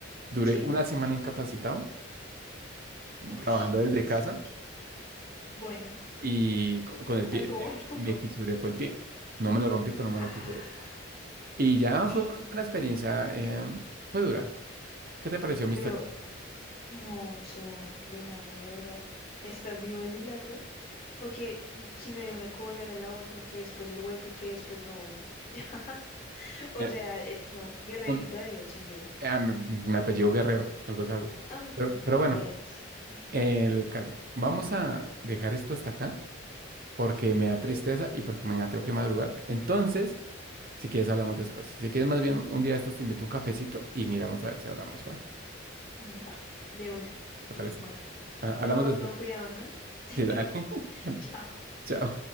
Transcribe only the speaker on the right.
duré
una semana incapacitado,
trabajando
desde casa
y co- con el pie,
me,
me fisuré, fue el pie. No me lo rompí, pero me
lo fisuré. Y ya
fue una, buena experiencia, eh, fue dura. ¿Qué te pareció mi
historia?
Eh,
un-
ah, me, me apellido Guerrero, algo es algo.
Pero, pero bueno,
el caso. Vamos a dejar esto hasta acá. porque me
da tristeza y porque mañana tengo que madrugar. Entonces, si quieres, hablamos después. Si quieres, más bien un día de estos te invito a un cafecito y miramos a ver si hablamos, ¿va?
¿Te parece?
Ha- Hablamos
después.
Sí, dale. <laughs>
Chao.